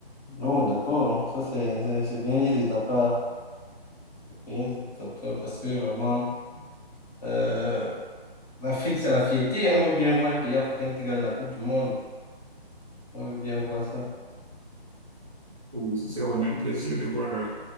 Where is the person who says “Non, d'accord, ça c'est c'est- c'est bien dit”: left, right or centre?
Left